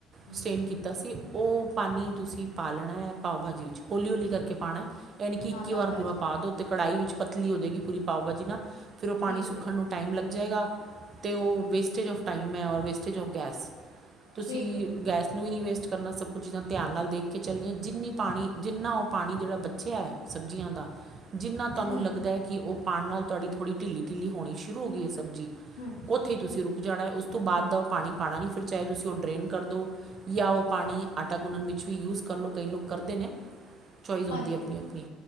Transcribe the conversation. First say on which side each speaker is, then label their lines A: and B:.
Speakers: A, on the left (about 85°); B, on the right (about 45°).
A: ਹੂੰ
B: ਸਟੇਨ
A: ਹੂੰ
B: ਕੀਤਾ ਸੀ। ਉਹ ਪਾਣੀ ਤੁਸੀਂ ਪਾ ਲੈਣਾ ਪਾਓ ਭਾਜੀ ਵਿੱਚ ਹੌਲੀ ਹੌਲੀ ਕਰਕੇ ਪਾਉਣਾ। ਇਹ ਨੀ ਕਿ ਇੱਕੀ
A: ਨਾਲ ਨਾਲ
B: ਵਾਰ
A: ਪਾਈ
B: ਪੂਰਾ
A: ਜਾਓ
B: ਪਾ ਦੋ ਤੇ ਕੜਾਹੀ ਵਿੱਚ ਪਤਲੀ ਹੋ ਜਾਏਗੀ ਪੂਰੀ ਪਾਓ ਭਾਜੀ ਨਾ। ਫਿਰ ਉਹ ਪਾਣੀ
A: ਠੀਕ
B: ਸੁੱਕਣ
A: ਹੈ
B: ਨੂੰ ਟਾਈਮ ਲੱਗ ਜਾਏਗਾ। ਅਤੇ ਉਹ ਵੇਸਟੇਜ ਆਫ ਟਾਈਮ ਹੈ ਔਰ ਵੇਸਟੇਜ ਔਫ ਗੈਸ, ਤੁਸੀਂ
A: ਠੀਕ ਹੈ
B: ਗੈਸ ਨੂੰ ਵੀ ਨਹੀਂ ਵੇਸਟ ਕਰਨਾ ਸਭ ਕੁਝ ਚੀਜ਼ਾਂ ਧਿਆਨ ਨਾਲ ਦੇਖ ਕੇ ਚੱਲੀਏ ਜਿੰਨੀ ਪਾਣੀ ਜਿੰਨਾ ਉਹ ਪਾਣੀ ਜਿਹੜਾ ਬਚਿਆ ਹੈ ਸਬਜ਼ੀਆਂ ਦਾ, ਜਿੰਨਾ ਤੁਹਾਨੂੰ
A: ਹੂੰ
B: ਲੱਗਦਾ ਹੈ ਕਿ ਉਹ ਪਾਉਣ ਨਾਲ ਤੁਹਾਡੀ ਥੋੜ੍ਹੀ ਢਲੀ ਢਿੱਲੀ ਹੋਣੀ ਸ਼ੁਰੂ ਹੋ ਗਈ ਹੈ ਸਬੀ,
A: ਹੂੰ
B: ਉੱਥੇ ਹੀ ਤੁਸੀਂ ਰੁਕ ਜਾਣਾ ਤੋਂ ਬਾਅਦ ਦਾ ਉਹ ਪਾਣੀ ਪਾਉਣਾ ਨਹੀਂ ਫਿਰ ਚਾਹੇ ਤੁਸੀਂ ਉਹ ਡਰੇਨ ਕਰ ਦਿਉ ਜਾਂ ਉਹ ਪਾਣੀ ਆਟਾ ਗੁੰਨਣ ਵਿੱਚ ਵੀ ਯੂਜ ਕਰ ਲਉ ਕਈ ਲੋਕ ਕਰਦੇ ਨੇ। ਚੋਇਸ ਹੁੰਦੀ
A: ਹਾਂਜੀ
B: ਹੈ ਆਪਣੀ ਆਪਣੀ